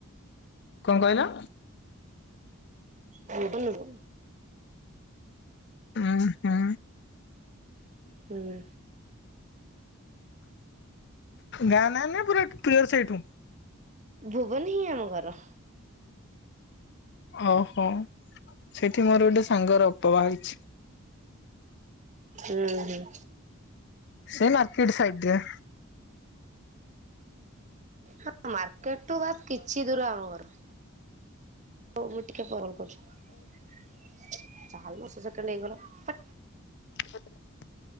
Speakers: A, on the left (about 55°); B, on the right (about 35°).
A: କଣ କହିଲ?
B: କଉଠି ହେଇଥିବ।
A: ଉଁ ହୁଁ।
B: ହୁଁ
A: ଗାଁ ନା ନା ପୁରା ପ୍ରିୟର ସେଇଠୁ।
B: ଭୁବନ ହିଁ ଆମ ଘର।
A: ଓହୋ ସେଇଠି ମୋର ଗୋଟେ ସାଙ୍ଗର ଅପା ବାହା ହେଇଛି।
B: ଉଁ ହୁଁ।
A: ସେ ମାର୍କେଟ ସାଇଡ ରେ।
B: ହଁ ମାର୍କେଟ ଠୁ ବାସ୍ କିଛି ଦୂର ଆମ ଘର। ହଉ ମୁଁ ଟିକେ ପରେ ଲ କରୁଛି ଚାଲସ ସେକେଣ୍ଡ ହେଇଗଲା ପ
A: <inaudible>